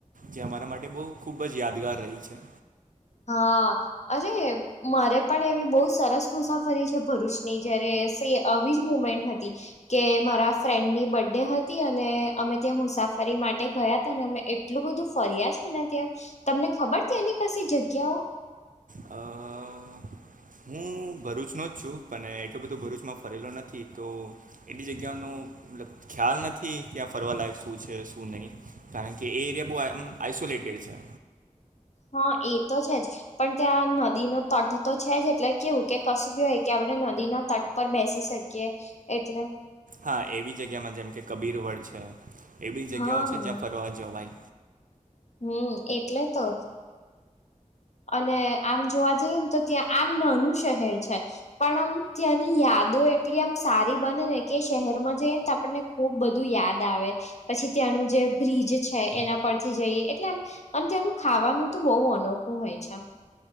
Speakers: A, on the right; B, on the left.
A: જે અમારા માટે બહુ ખૂબ જ યાદગાર રહી છે.
B: હા. અરે મારે પણ એવી બહુ સરસ મુસાફરી છે ભરૂચની, જયારે એસે આવી જ મુમેન્ટ હતી કે મારા ફ્રેન્ડ ની બડે હતી અને અમે ત્યાં મુસાફરી માટે ગયા તા, ને અમે એટ ટલું બધું ફર્યા છે ને ત્યાં, તમને ખબર ત્યાંની કસી જગ્યાઓ?
A: અહ હું ભરૂચનો જ છું, પણ એટલો બધું ભરૂચમાં ફરેલો નથી તો એટલી જગ્યાઓનું મતલબ ખ્યાલ નથી કે આ ફરવા લાાયક શું છે, શું નહીં. કારણ કે એ એરિયા બહુ એમ આઇસોલેટેડ છે.
B: હા એ તો છે જ. પણ ત્યાં નદી નો તટ તો છે જ એટલે કેવું કે કશુ બી હોય કે આપણે નદી ના તટ પર બેસી શકીએ એટલે.
A: હા એવી જગ્યા માં જેમ કે કબીરવડ છે, એવી જગ્યાઓ
B: હા
A: છે જ્યાં ફરવા જવાય.
B: હમ્મ, એટલે તો. અને આમ જોવા જઈએ ને તો ત્યાં આમ નાનું શહેર છે પણ આમ ત્યાંની યાદો એટલી આમ સારી બને ને કે શહેરમાં જઈ ને તો આપણને ખુબ બધું યાદ આવે. પછી ત્યાં નું જે બ્રિજ છે એના પરથી જઈએ, એટલે આમ આમ ત્યાંનું ખાવાનું તો બહુ અનોખું હોય છે.